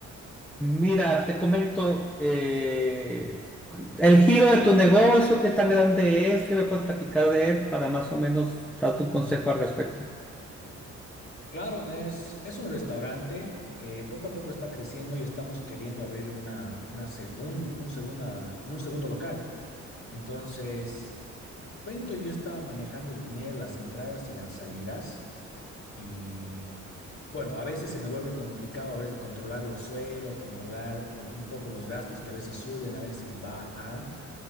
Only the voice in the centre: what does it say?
Mira, te comento eh, el giro de tu negocio, qué tan grande es, qué me puedes platicar de él para más o menos darte un consejo al respecto.